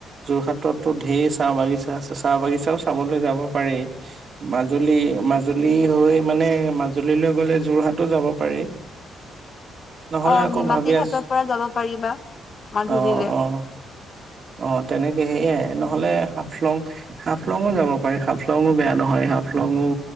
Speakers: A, on the right (about 50°); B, on the left (about 45°).
A: যোৰহাটতো ঢেৰ চাহ বাগিচা <unintelligible> চাহ বাগিচাও চাবলৈ যাব পাৰি মাজুলী মাজুলী হৈ মানে <unintelligible> মাজুলীলৈ গলে যোৰহাটো যাব পাৰি নহলে
B: অ
A: আকৌ
B: নিমাতী
A: ভাবি
B: ঘাটৰ
A: আছো
B: পৰা যাব পাৰিবা। মাজুলীলে
A: অ অ অ তেনেকে সেইয়াই নহলে হাফলং হাফলং যাব পাৰি হাফলং বেয়া নহয় হাফলং ও